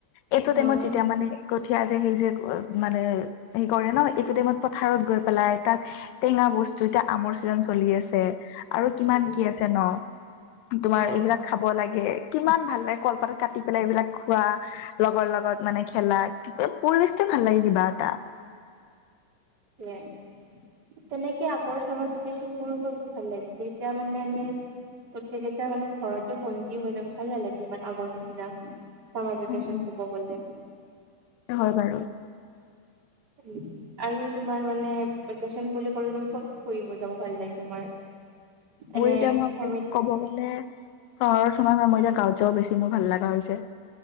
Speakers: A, on the left (about 75°); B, on the right (about 30°).
A: এইটো টাইমত
B: অ'।
A: যেতিয়া মানে কঠীয়া যে সেই যে মানে হেৰি কৰে ন, এইটো টাইমত পথাৰত গৈ পেলাই তাত টেঙা বস্তু এতিয়া আমৰ ছিজন চলি আছে আৰু কিমান
B: উম
A: কি আছে ন।
B: উম
A: তোমাৰ এইবিলাক খাব লাগে, কিমান ভাল লাগে কলপাতত কাটি পেলাই এইবিলাক খোৱা। লগৰ লগত মানে খেলা, <unintelligible> পৰিৱেশটোৱে ভাল লাগে কিবা এটা।
B: <unintelligible> তেনেকে আগৰ চামাৰ ভেকেছনবোৰ মোৰ বেছি ভাল লাগিছিল, এতিয়া মানে আমি গোটেইকেইটা মানে ঘৰতে বন্দি হৈ থাকো, ভাল নালাগে ইমান আগৰ নিচিনা। চামাৰ ভেকেশ্যন
A: উম উম
B: ক'ব গ'লে।
A: হয় বাৰু।
B: উম, আৰু তোমাৰ মানে ভেকেচন বুলি ক'লে তুমি ক'ত ফুৰিব যাব ভাল লাগে তোমাৰ।
A: মোৰ
B: এনে
A: এতিয়া মই
B: ফেমিলি
A: ক'ব গ'লে চহৰৰ খনৰ পৰা মই এতিয়া গাঁৱত যাব বেছি মোৰ ভাল লগা হৈছে।